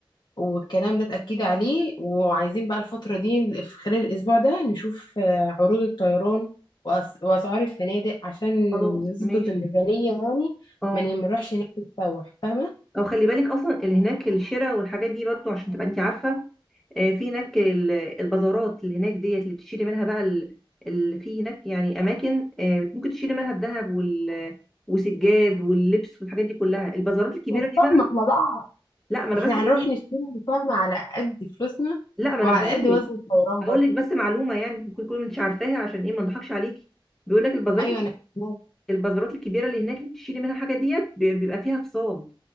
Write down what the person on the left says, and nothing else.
والكلام ده اتاكد عليه وعايزين بقى الفتره دي في خلال الاسبوع ده نشوف آه، عروض الطيران وأس- واسعار الفنادق عشان
نظبط
الميزانيه يعني
ما نروحش هناك نتسوح فاهمه
فاهمه
احنا بقى
احنا
هنروح
نشتري فاهمه على قد فلوسنا
وعلى
قد وزن
الطيران
برضه
ايوه انا فاهمة.